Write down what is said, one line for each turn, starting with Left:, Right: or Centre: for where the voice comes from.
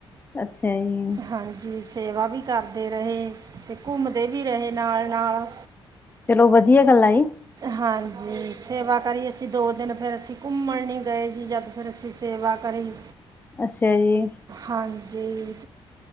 Left: ਅੱਛਾ ਜੀ।
Right: ਹਾਂਜੀ ਸੇਵਾ ਵੀ ਕਰਦੇ ਰਹੇ ਤੇ ਘੁੰਮਦੇ ਵੀ ਰਹੇ ਨਾਲ ਨਾਲ
Left: ਚਲੋ ਵਧੀਆ ਗੱਲਾਂ ਇ।
Right: ਹਾਂਜੀ ਸੇਵਾ ਕਰੀ ਅਸੀ ਦੋ ਦਿਨ ਫੇਰ ਅਸੀ ਘੁੰਮਣ ਨੀ ਗਏ ਜੀ ਜਦ ਫੇਰ ਅਸੀ ਸੇਵਾ ਕਰੀ
Left: ਅੱਛਾ ਜੀ
Right: ਹਾਂਜੀ।